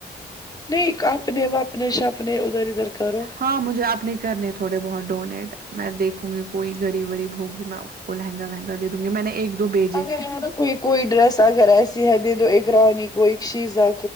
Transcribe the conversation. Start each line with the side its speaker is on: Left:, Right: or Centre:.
Left: نہیں اپنے و اپنے شھاپنے ادھر ادھر کرو
Right: ہاں مجھے آپ نے کرنے تھوڑے بہت ڈونیٹ میں دیکھوں گی کوئی غریب وریب ہوگی میں اس کو لہنگا وہنگا دے دوں گی میں نے ایک دو بھیجے
Left: اگر ہے نا کوئی کوئی ڈرس اگر ایسی ہے دے دو ایک رانی کوئی شیزہ